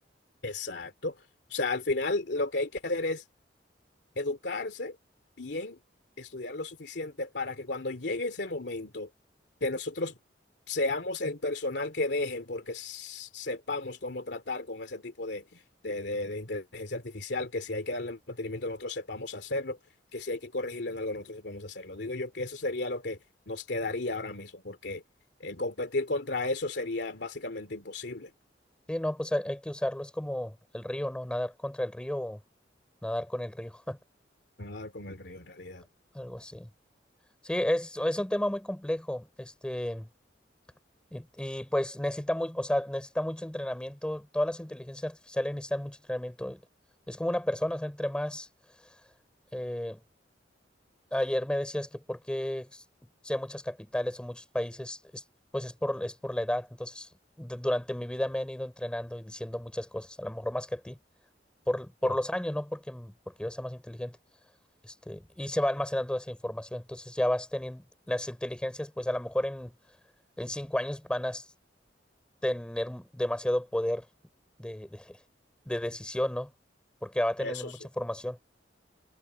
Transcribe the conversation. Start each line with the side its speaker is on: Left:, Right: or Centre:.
Left: exacto. O sea, al final lo que hay que hacer es educarse bien, estudiar lo suficiente para que cuando llegue ese momento que nosotros seamos el personal que dejen porque s- sepamos cómo tratar con ese tipo de, de, de- de inteligencia artificial, que si hay que darle mantenimiento nosotros sepamos hacerlo, que si hay que corregirlo en algo nosotros sepamos hacerlo. Digo yo que eso sería lo que nos quedaría ahora mismo porque eh, competir contra eso sería básicamente imposible.
Centre: Sí, no, pues hay, hay que usarlo. Es como el río, ¿no? Nadar contra el río o nadar con el río,
Left: Nadar con el río en realidad.
Centre: <laughs> algo así. Sí, es, es un tema muy complejo, este, y, y, pues necesita muy, o sea, necesita mucho entrenamiento, todas las inteligencias artificiales necesitan mucho entrenamiento. Es como una persona, o sea, entre más, eh, ayer me decías que por qué sé muchas capitales o muchos países, es- pues es por, es por la edad. Entonces, de- durante mi vida me han ido entrenando y diciendo muchas cosas, a lo mejor más que a ti, por, por
Left: Claro.
Centre: los años, ¿no? Porque, porque yo sea más inteligente. Este, y se va almacenando esa información. Entonces ya vas teniendo las inteligencias, pues a lo mejor en, en cinco años van a s- tener demasiado poder de, de- de decisión, ¿no? Porque va a tener
Left: Eso
Centre: mucha
Left: sí.
Centre: información.